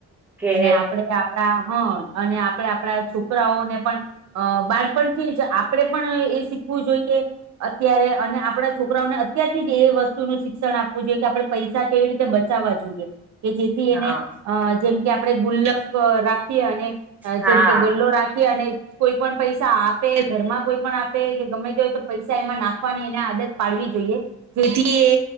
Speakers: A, in the centre; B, on the right.
A: કે
B: અને આપડે આપડા હ અને આપડે આપડા છોકરાઓને પણ અ બાર <unintelligible> આપડે પણ એ શીખવું જોઈએ અત્યારે અને આપડા છોકરાઓને અત્યારથી જ એ વસ્તુનું શિક્ષણ આપવું જોઈએ કે આપડે પૈસા કેવી રીતે બચાવા જોઈએ કે જેથી
A: હા
B: એને, અ જેમ કે આપણે ગુલ્લક રાખીએ અને અ
A: હા
B: જેમ કે ગલ્લો રાખીએ અને કોઈ પણ પૈસા આપે, ઘરમાં કોઈ પણ આપે કે ગમે તે હોય તો પૈસા એમાં નાખવાની એને આદત પાડવી જોઈએ. જેથી એ,